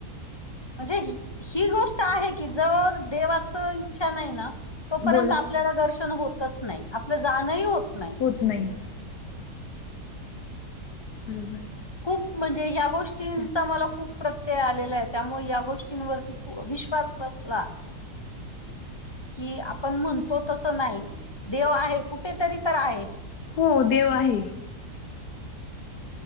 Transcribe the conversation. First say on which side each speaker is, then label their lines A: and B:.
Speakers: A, on the left; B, on the left.
A: म्हणजे ही गोष्ट आहे की जर देवाच इच्छा नाही ना. तोपर्यंत
B: बोला
A: आपल्याला दर्शन होतच नाही आपलं जाणंही होत नाही.
B: होत नाही. बरोबर.
A: खूप म्हणजे या गोष्टींचा
B: चालेल
A: मला खूप. प्रत्यय आलेला आहे त्यामुळे या गोष्टीं वरती खू विश्वास बसला. कि आप पण म्हणतो तसं नाही देव आहे कुठेतरी तर आहे.
B: हो देव आहे.